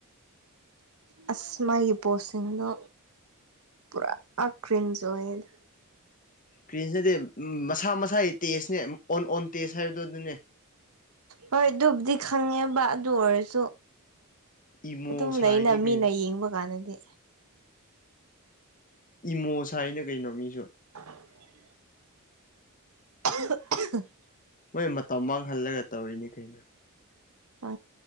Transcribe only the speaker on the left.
ꯀ꯭ꯔꯤꯟꯁꯗꯤ ꯃꯁꯥ ꯃꯁꯥꯒꯤ ꯇꯦꯖꯅꯦ ꯑꯣꯟ ꯑꯣꯟ ꯇꯦꯖ ꯍꯥꯏꯕꯗꯣ ꯑꯗꯨꯅꯦ
ꯏꯃꯣ
ꯁꯥꯏꯅꯤ
ꯀꯩꯅꯣ
ꯏꯃꯣ ꯁꯥꯏꯅꯤ ꯀꯩꯅꯣ ꯃꯤꯁꯨ
ꯃꯣꯏ ꯃꯇꯝ ꯃꯥꯡꯍꯜꯂꯒ ꯇꯧꯔꯤꯅꯤ ꯀꯩꯅꯣ